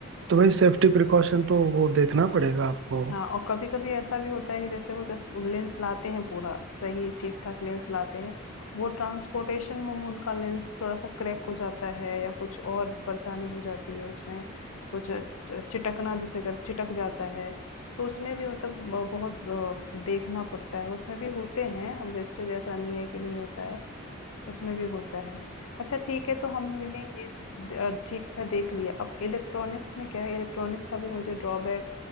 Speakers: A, on the right (about 55°); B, on the left (about 80°).
A: तो भाई सेफ्टी प्रिकॉशन तो वो देखना पड़ेगा आपको
B: हाँ, और कभी-कभी ऐसा भी होता है कि जैसे वो जस लेंस लाते हैं पूरा, सही ठीक-ठाक लेंस लाते हैं, वो ट्रांसपोर्टेशन में उनका लेंस थोड़ा-सा क्रैक हो जाता है या कुछ और परेशानी हो जाती है उसमें, कुछ च चिटकना जिसे कर चिटक जाता है, तो उसमें भी मतलब ब बहुत अ, देखना पड़ता है, उसमें भी होते हैं वेस्टेज ऐसा नहीं है कि नहीं होता है। उसमें भी होता है। अच्छा ठीक है, तो हमने ये द ठीक है देख लिया, अब इलेक्ट्रॉनिक्स में क्या है इलेक्ट्रॉनिक्स का भी मुझे ड्रॉबैक